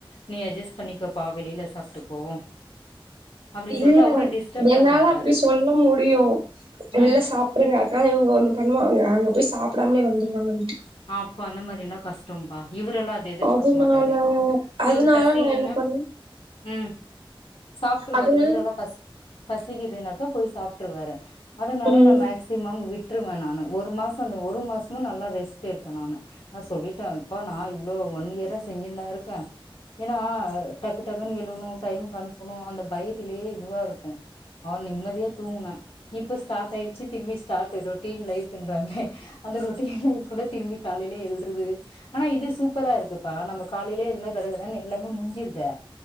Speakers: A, on the left; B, on the right.
A: நீ அட்ஜஸ் பண்ணிக்கப்பா வெளில சாப்ட்டுக்கோ அப்டின்னு
B: இல்ல
A: சொல்லிட்டு அவரு டிஸ்டர்ப்
B: என்னால
A: பண்ண மாட்டாரு
B: அப்டி சொல்ல முடியு
A: ம்
B: வெள்ல சாப் புடுங்க அட்த்த நாலு இவுங்க ஒன்னு பண்ணுவாங்க அங்க போய் சாப்டாமலே வந்துருவாங்க வீட்டுக்
A: அப்ப அந்த மாரின்னா கஷ்டம்பா இவுரெல்லா அ து எதிர்பாக்க
B: அதுனால
A: மாட்டாரு
B: அதுனால
A: இவுரு பசி
B: நா
A: இல்லினா
B: என்ன பண்ணே
A: ம் சாப்ட்டுருவாரு
B: அதுனால
A: இவுரெல்லா பசி பசிக்குதுன்னாக்கா போய் சாப்ட்டுருவாரு அதுனாலயே
B: ம்
A: நா மேக்சிமம் வி ட்ருவே நானு ஒரு மாசோ அந்த ஒரு மாசமு நல்லா ரெஸ் ட்டு எடுத்தே நானு நா சொல்லிட்டே ப்பா நா இவ்ளோ ஒன் இயரா செஞ்சின்தா இருக்கே. ஏனா டக்கு டக்குன்னு எழுணு டைம்க்கு அனுப்புனு அந்த பயத்திலியே இதுவாருக்கு. அவ நிம்மதியா தூங்குனே இப்ப ஸ்டாட் ஆயிச்சி திரும்பி ஸ்டாட்டு ரொட்டீன் லைஃப்ன்றாங்க. அந்த ரொட்டீன் லைஃப்ல திரும்பி காலையிலே எழ்றது. ஆனா இது சூப்பரா இருக்குப்பா நம்ப காலையிலே எழுந்தா கடகடனு எல்லாமே முட்ஞ்சிர்து.